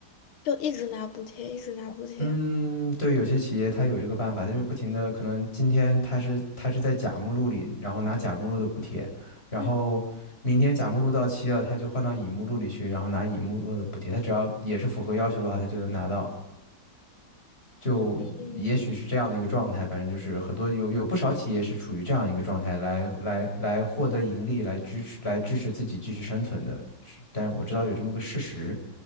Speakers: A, on the left (about 85°); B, on the left (about 30°).
A: 就一直拿补贴，一直拿补贴。
B: 嗯，对，有些企业它有这个办法，它就不停的，可能今天它是它是在甲目录里，然后拿甲目录的补贴，然后明天甲目录到期了，
A: 嗯
B: 他就换到乙目录里去，然后拿乙目录的补贴，他只要也是符合要求的话，他就能拿到。就也许是这样的一个状态，
A: 嗯，
B: 反正就是很多有有不少企业是处于这样一个状态来来来获得盈利，来支持来支持自己继续生存的。是，但是我知道有这么个事实。